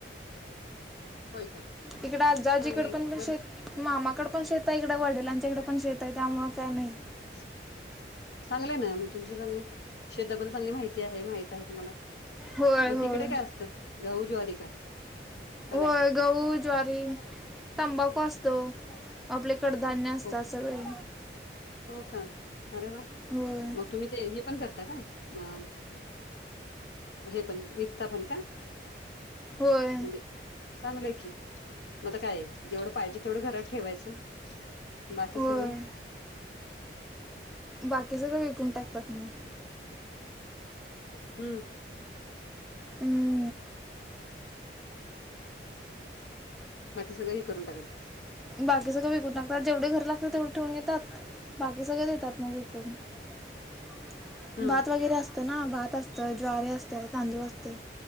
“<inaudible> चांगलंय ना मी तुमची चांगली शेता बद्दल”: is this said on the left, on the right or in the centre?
Left